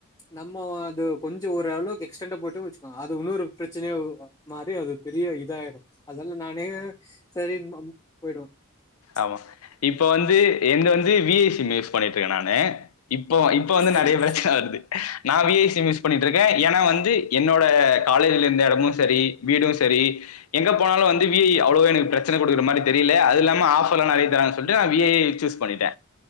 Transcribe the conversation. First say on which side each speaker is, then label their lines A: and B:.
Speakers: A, on the left; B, on the left.
A: நம்ம ஒ அது கொஞ்சோ ஓரளவுக்கு எக்ஸ்டண்டா போய்ட்டோனு வெச்சுக்கோங்க அது இன்னொரு பிரச்சனையா மாதிரி அது பெரிய இத ஆயிடோ அதால நானே <unintelligible>
B: ஆமா இப்போ வந்து எங்க வந்து விஐ சிம் யூஸ் பண்ணிட்டு இருக்க நானு இப்போ இப்ப வந்து
A: சரி,
B: நெறைய பிரச்சன வருது நா விஐ சிம் யூஸ் பண்ணிட்டு இருக்க ஏன்னா வந்து என்னோட காலேஜில இருந்த எடமு செரி வீடு செரி எங்க போனாலு வந்து விஐ அவ்ளோ எனக்கு பிரச்சன குடுக்கற மாரி தெரில அது இல்லாம ஆ போ நெறைய தறாங்கன்டு சொல்லிடு நா விஐ சூஸ் பண்ணிட்ட